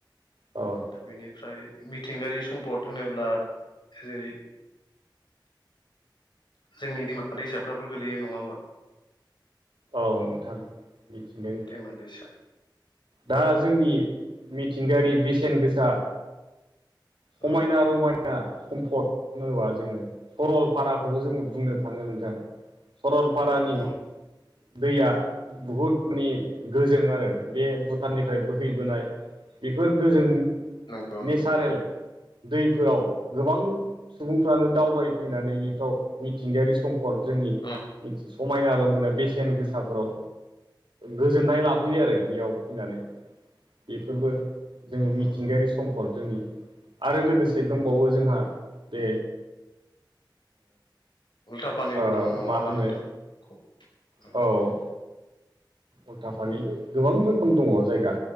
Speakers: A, on the right; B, on the left.
A: औ
B: दा बेनिफ्राय मिथिंगायारि सम्पद होनोब्ला जेरै जोंनि दैमा दैसाफोराबो गोलैयो नंङा होमबा?
A: औ नोंथां मिथिंगायारि
B: मा दैसा
A: दा जोंनि मिथिंगायारि बेसेन गोसा समायना
B: उम
A: रमायना सम्पद होनोबा जोंङो सरलपाराखौबो जोंङो बुंनो थांङो नोंथां सरलपारानि
B: उम
A: दैया बहुद माने गोजों आरो बे भुटाननिफ्राय बोहैबोनाय। बेफोर गोजोन
B: नंगौ नंगौ
A: नेचारेल
B: नोंथां
A: दैफोराव गोबां सुबुंफ्रानो दावबायफैनानै
B: उम
A: बेफ्राव मिथिंगायारि सम्पद जोंनि
B: उम
A: समायना रमायना बेसेन गोसाफोराव, गोजोननाय लाफैयो आरो बेयाव फैनानै, बेफोरबो जोङो
B: नंगौ
A: मिथिंगायारि सम्पद जोंनि, आरो लोगोसे दंबावो जोंहा बे
B: उल्था पानिबो
A: ओ
B: दं नङा
A: मा
B: ओनबा
A: होनो
B: नोंथां, खौ उम
A: औ उल्थाफानि गोबां रोखोम दङ जायगा